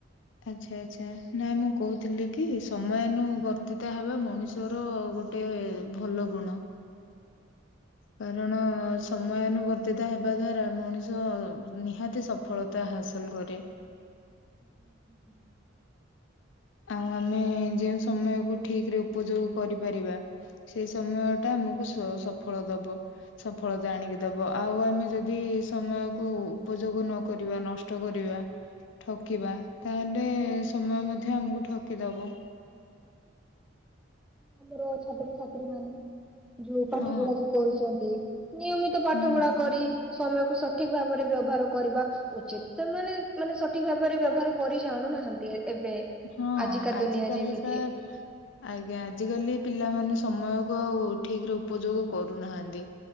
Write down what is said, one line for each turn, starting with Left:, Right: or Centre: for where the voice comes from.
Left: ଆଚ୍ଛା ଆଚ୍ଛା ନାଇ ମୁଁ କହୁଥିଲି କି ସମୟାନୁବର୍ତ୍ତିତ ହେବା ମଣିଷର ଗୋ ଟେ ଭଲ ଗୁଣ। କାରଣ ସମୟାନୁବର୍ତ୍ତିତ ହେବା ଦ୍ଵାରା ମଣିଷ ନିହାତି ସଫଳତା ହାସଲ କରେ।
Centre: ହୁଁ ହୁଁ। <inaudible>
Left: ଆଉ ଆମେ ଯେଉଁ ସମୟକୁ ଠିକରେ ଉପଯୋଗ କରିପାରିବା। ସେଇ ସମୟଟା ଆମକୁ ସୋ ସଫଳ ଦବ ସଫଳତା ଆଣିକି ଦବ ଆଉ ଆମେ ଯଦି ସମୟକୁ ଉପଯୋଗ ନକରିବା ନଷ୍ଟ କରିବା। ଠକିବା ତାହେଲେ ସମୟ ମଧ୍ୟ ଆମକୁ ଠକିଦବ।
Centre: ଆମର ଛାତ୍ରଛାତ୍ରୀ ମାନେ ଯୋଉ ପାଠ
Left: ହଁ
Centre: ପଢା ଯୋଉ କରୁଚନ୍ତି ନିୟମିତ ପାଠ
Left: ହୁଁ
Centre: ପଢା କରି ସମୟକୁ ସଠିକ୍ ଭାବରେ ବ୍ୟବହାର କରିବା ଉଚିତ। ସେମାନେ ମାନେ ସଠିକ୍ ଭାବରେ ବ୍ୟବହାର କରି ଜାଣୁନାହାନ୍ତି ଏବେ।
Left: ହଁ
Centre: ଆଜିକା
Left: ଆଜିି
Centre: ଦୁନିଆ
Left: କାଲି
Centre: ଯେମିତି
Left: କା ଆଜ୍ଞା ଆଜି କାଲି ପିଲାମାନେ ସମୟକୁ ଆଉ ଠିକ୍ ରେ ଉପଯୋଗ କରୁନାହାନ୍ତି।